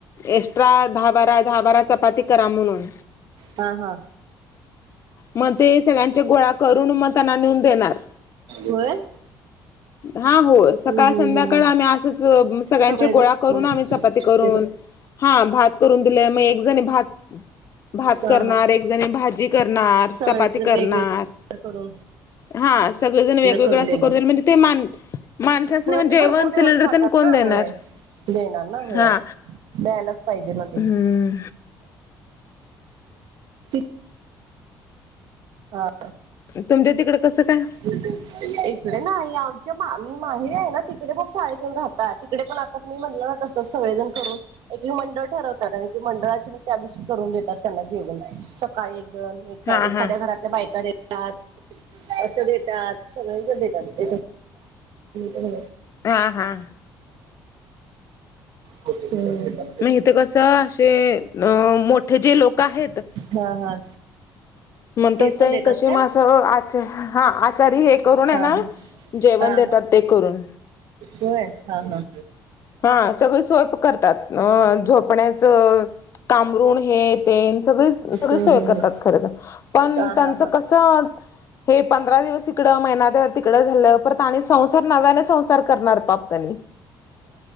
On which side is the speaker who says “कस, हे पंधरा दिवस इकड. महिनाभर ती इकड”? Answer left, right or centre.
Left